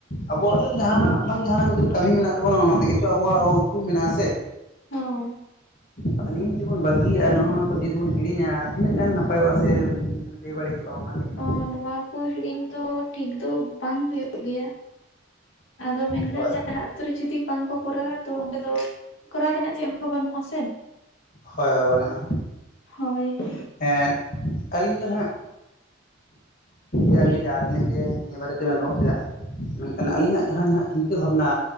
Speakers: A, on the left; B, on the left.
A: ᱟᱵᱚᱣᱟᱜ ᱫᱚ ᱡᱟᱦᱟᱱᱟᱜ ᱵᱟᱝ ᱡᱟᱦᱟᱱᱟᱜ ᱢᱤᱫᱴᱮᱱ ᱠᱟᱹᱢᱤ ᱢᱮᱱᱟᱜ ᱛᱟᱵᱚᱱᱟ ᱚᱱᱟ ᱛᱮᱜᱮ ᱪᱚ ᱟᱵᱚᱣᱟᱜ ᱩᱯᱨᱩᱢ ᱢᱮᱱᱟᱜᱼᱟ ᱥᱮ?
B: ᱦᱩᱸ᱾
A: ᱟᱫᱚ ᱱᱤᱭᱟᱹ ᱡᱩᱫᱤ ᱵᱚᱱ ᱵᱟᱹᱜᱤᱭᱟᱜᱼᱟ ᱱᱚᱜᱼᱚ ᱱᱚᱣᱟ ᱠᱚ ᱡᱩᱫᱤ ᱵᱚᱱ ᱦᱤᱲᱤᱧᱟ ᱛᱤᱱᱟᱹᱜ ᱜᱟᱱ ᱱᱟᱯᱟᱭᱚᱜᱼᱟ ᱥᱮ ᱵᱮ ᱵᱟᱹᱲᱤᱡᱚᱜᱼᱟ ᱚᱱᱟ ᱠᱟᱴᱤᱡ ᱾
B: ᱚ ᱱᱚᱶᱟ ᱠᱚ ᱦᱤᱲᱤᱧ ᱫᱚ ᱴᱷᱤᱠ ᱫᱚ ᱵᱟᱝ ᱦᱩᱭᱩᱜ ᱜᱮᱭᱟ᱾ ᱟᱫᱚ ᱢᱮᱱᱠᱷᱟᱱ
A: ᱦᱳᱭ
B: ᱡᱟᱦᱟᱸ ᱟᱛᱳ ᱨᱮ ᱡᱩᱫᱤ ᱵᱟᱝ ᱠᱚ ᱠᱚᱨᱟᱣᱟ ᱛᱚ ᱚᱸᱰᱮ ᱫᱚ ᱠᱚᱨᱟᱣ ᱛᱮᱱᱟᱜ ᱪᱮᱫ ᱦᱚᱸ ᱵᱟᱱᱩᱜᱼᱟ ᱥᱮ᱾
A: ᱦᱳᱭ ᱦᱳᱭ ᱵᱟᱱᱩᱜᱼᱟ᱾
B: ᱦᱳᱭ ᱾
A: ᱮᱸᱫ ᱟᱹᱞᱤᱧ ᱫᱚ ᱱᱟᱦᱟᱜ ᱡᱟᱜᱮ ᱡᱟᱦᱟ‌ ᱛᱤᱱᱟᱹᱜ ᱜᱮ ᱱᱤᱭᱟᱹ ᱵᱟᱨᱮ ᱛᱮᱵᱮᱱ ᱨᱚᱲ ᱠᱮᱫᱟ᱾ ᱢᱮᱱᱠᱷᱟᱱ ᱟᱹᱞᱤᱧᱟᱜ ᱡᱟᱦᱟ ᱱᱟᱦᱟᱜ ᱪᱤᱱᱛᱟᱹ ᱵᱷᱟᱵᱱᱟ